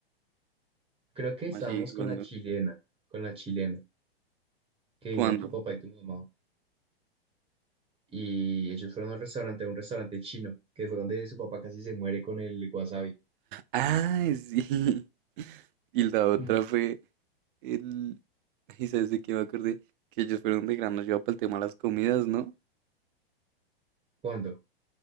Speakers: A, on the right; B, on the right.
A: Creo que
B: ¿Cómo
A: estábamos
B: así? ¿Cuándo?
A: con la chilena, con la chilena, que vinieron
B: ¿Cuándo?
A: tu papá y tu mamá. Y ellos fueron al restaurante, a un restaurante chino, que fue donde su papá casi se muere con el wasabi.
B: Ah, sí. <laughs> Y la otra
A: Mm.
B: fue el... <laughs> ¿Y sabes de qué me acordé? Que ellos fueron de gran nos para el tema de las comidas, ¿no?
A: ¿Cuándo?